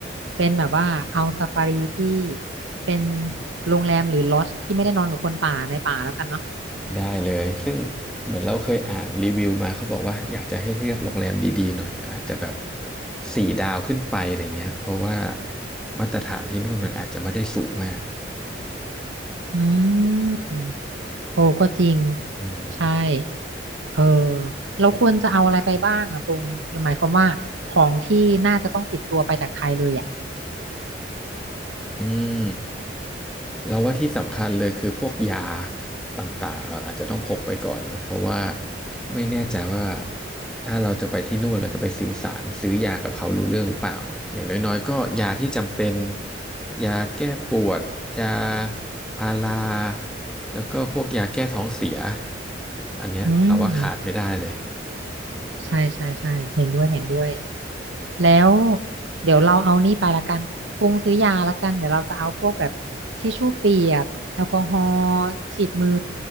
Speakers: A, on the right; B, in the centre.
A: เป็นแบบว่าเอาซาฟารีที่เป็นโรงแรมหรือลอดจ์ที่ไม่ได้นอนกับคนป่าในป่าแล้วกันเนาะ
B: ได้เลย ซึ่งเหมือนเราเคยอ่านรีวิวมาเขาบอกว่าอยากจะให้เลือกโรงแรมดีๆหน่อยอาจจะแบบสี่ดาวขึ้นไปอะไรเงี้ยเพราะว่ามาตรฐานที่นู่นมันอาจจะไม่ได้สูงมาก
A: อืม โอ้ก็จริง
B: อืม
A: ใช่ เออ เราควรจะเอาอะไรไปบ้างอะพงษ์หมายความว่าของที่น่าจะต้องติดตัวไปจากไทยเลยอะ
B: อืม เราว่าที่สำคัญเลยคือพวกยาต่างๆเราอาจจะต้องพกไปก่อนเนอะเพราะว่าไม่แน่ใจว่าถ้าเราจะไปที่นู่นเราจะไปสื่อสารซื้อยากับเขารู้เรื่องหรือเปล่าอย่างน้อยๆก็ยาที่จำเป็นยาแก้ปวดยาพาราแล้วก็พวกยาแก้ท้องเสียอันเนี้ยเราว่าขาดไม่ได้เลย
A: อืม ใช่ ใช่ ใช่ เห็นด้วยเห็นด้วย แล้วเดี๋ยวเราเอานี่ไปละกันพงซื้อยาละกันเดี๋ยวเราจะเอาพวกแบบทิชชู่เปียกแอลกอฮอล์ฉีดมือ